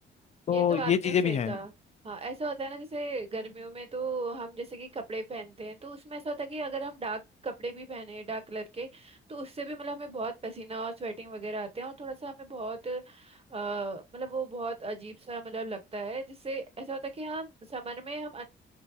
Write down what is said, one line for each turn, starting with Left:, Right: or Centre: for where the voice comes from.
Left: तो
Right: ये तो
Left: ये
Right: आपने
Left: चीजें
Right: सही
Left: भी हैं
Right: कहा हाँ ऐसा होता है ना जैसे गर्मियों में तो हम जैसे कि कपड़े पहनते हैं तो उसमें ऐसा होता है कि अगर हम डार्क कपड़े भी पहने डार्क कलर के तो उससे भी मतलब हमें बहुत पसीना और स्वेटिंग वगैरह आते हैं और थोड़ा सा हमें बहुत अ, मतलब वो बहुत अजीब सा मतलब लगता है जिससे ऐसा होता है कि हम समर में हम